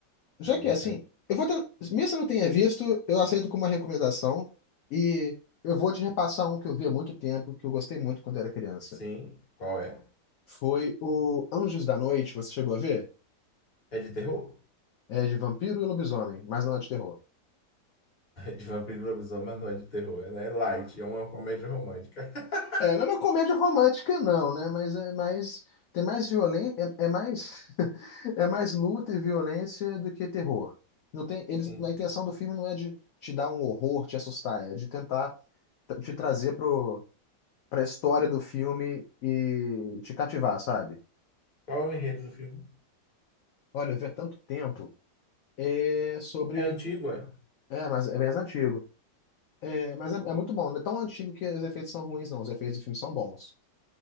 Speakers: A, on the left; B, on the left.
A: Aí
B: Já que
A: essa
B: é assim,
A: aí.
B: eu vou ter, mesmo se eu não tenha visto, eu aceito como uma recomendação e eu vou te repassar um que eu vi há muito tempo, que eu gostei muito quando era criança.
A: Sim, qual é?
B: Foi o Anjos da Noite, você chegou a ver?
A: É de terror?
B: É de vampiro e lobisomem, mas não é de terror.
A: De vampiro e lobisomem, mas não é de terror, né? É né? É light, é uma comédia romântica. <laughs>
B: É, não é uma comédia romântica, não, né? Mas é mais. Tem mais violência. É, é mais. <laughs> É mais luta e violência do que terror. Não tem, eles,
A: Sim.
B: a intenção do filme não é de te dar um horror, te assustar, é de tentar t- te trazer pro, pra história do filme e te cativar, sabe?
A: Qual é o enredo do filme?
B: Olha, eu vi há tanto tempo. É sobre.
A: É antigo, é?
B: É, mas é mais antigo. É, mas é, é muito bom. Não é tão antigo que os efeitos são ruins, não. Os efeitos do filme são bons.